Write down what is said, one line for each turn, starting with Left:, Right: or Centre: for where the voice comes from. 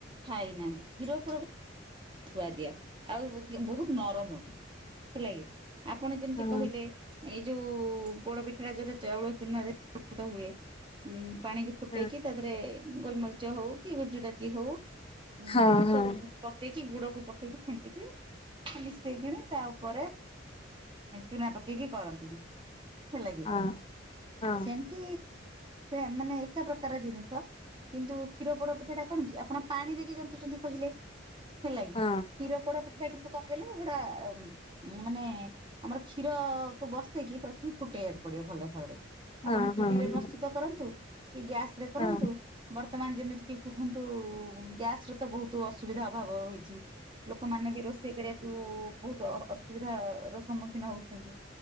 Right: ଖାଇନାହାନ୍ତି କ୍ଷୀର ଫିର ବି ସୁଆଦିଆ ଆଉ ବହୁତ ନରମ ବି ହେଲାକି ଆପଣ ଯେମିତି
Left: ହଁ
Right: କହିଲେ ଏଇ ଯୋଉ ପୋଡପିଠାଟା ଯୋଉଟା ଚାଉଳ ଚୂନରେ <inaudible> ହୁଏ ଉ ପାଣି କି ଫୁଟେଇକି
Left: ହଁ
Right: ତା ଦେହରେ ଗୋଲମରିଚ ହଉ କି ଗୁଜୁରାତି ହଉ ଉ
Left: ହଁ
Right: ସବୁ ଦେଇକି ଗୁଡକୁ ପକେଇକି ଫେଣ୍ଟିକି ମିଶେଇକିଣି ତା ଉପରେ ଚୁନା ପକେଇକି କରନ୍ତିନି ହେଲାଗି
Left: ହଁ ହଁ
Right: ସେମତି ସେ ମାନେ ଏକା ପ୍ରକାର ଜିନିଷ କିନ୍ତୁ କ୍ଷୀର ପୋଡ ପିଠା ଟା କଣ କି ଆପଣ ପାଣି ଦେଇକି ଜନ୍ତୁ କହିଲେ ହେଲା କିି
Left: ହଁ
Right: କ୍ଷୀର ପୋଡ ପିଠା ଟା କିନ୍ତୁ କଣ କହିଲେ ସେଗୁଡା ମାନେ ଆମର କ୍ଷୀର କୁ ବସେଇକି ପ୍ରଥମେ ଫୁଟେଇବାକୁ ପଡିବ ଭଲ ଭାବରେ।
Left: ହଁ
Right: ଆପଣ ଚୁଲି
Left: ହଁ ହଁ
Right: ରେ ପ୍ରସ୍ତୁତ କରନ୍ତୁ କି ଗ୍ୟାସ ରେ କରନ୍ତୁ
Left: ହଁ
Right: ବର୍ତ୍ତମାନ ଯେମିତି କିି କୁହନ୍ତୁ ଗ୍ୟାସ ର ତ ବହୁତ ଅସୁବିଧା ଅଭାବ ହୋଇଚି। ଲୋକମାନେ ବି ରୋଷେଇ କରିବାକୁ ବହୁତ ଅସୁବିଧା ର ସମ୍ମୁଖୀନ ହଉଚନ୍ତି।